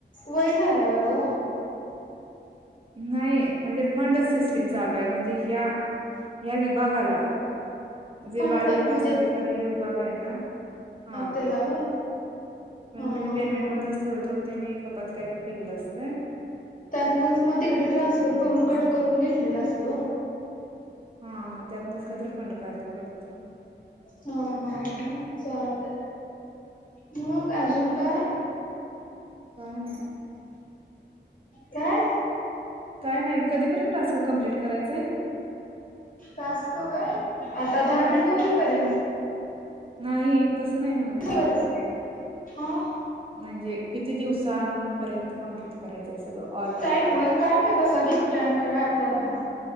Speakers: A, on the left; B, on the right.
A: वय झाल्यावर ओ
B: नाही म्हणजे फंडच सिस्टीम चालू आहे म्हणजे ह्या ह्या विभागाला जे
A: फंड
B: बालविकास
A: म्हणजे
B: अधिकारी हे विभाग हाय ना हा,
A: त्याला व्हय
B: पण
A: हा
B: म्हणजे
A: हा
B: पेमेंट
A: हा.
B: मधलं थोडं थोडं त्यांनी कपात काहीतरी केलेलं असतयं.
A: त्यातनच मग तिकडं ट्रान्सफर
B: पेमेंटचा
A: करून कट करून घेतलेला असल ओ
B: हा हा त्यातनच काय तर फंड काढत्यात वाटतं.
A: हा हा ह चालतंय. मग अजून काय
B: काय नाय
A: काय?
B: काय नाही कधीपर्यंत टास्क कमप्लीट करायचांय
A: टास्क वय आता दहा
B: हा
A: मिनटं होईपर्यंत
B: नाही तसं नाही म्हणत
A: बरं
B: मी
A: आहे हा
B: म्हणजे किती दिवसांन पर्यंत कंप्लीट करायचंय सगळं ऑल
A: काय मुया काय माहीत असं किती टाइम वेळ हाय आपल्याला
B: हा